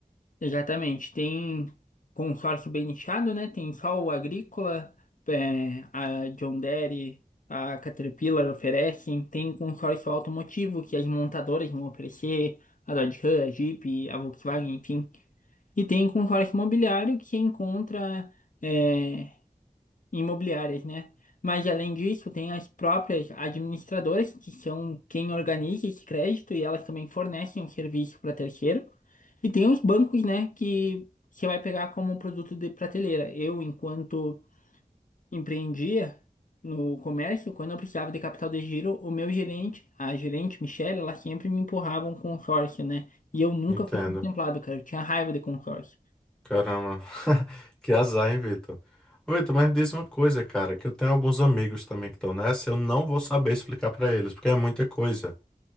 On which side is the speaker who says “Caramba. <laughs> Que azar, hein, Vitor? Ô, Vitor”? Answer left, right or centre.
Centre